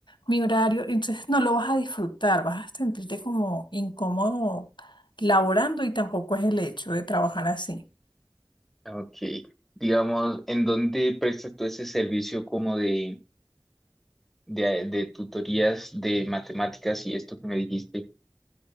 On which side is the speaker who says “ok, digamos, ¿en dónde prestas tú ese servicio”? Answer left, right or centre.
Centre